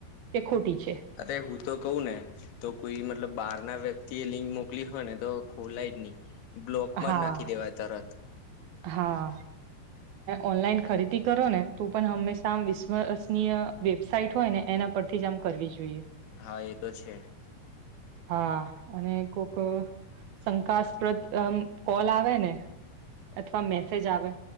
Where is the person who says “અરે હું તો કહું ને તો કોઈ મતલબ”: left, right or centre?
Left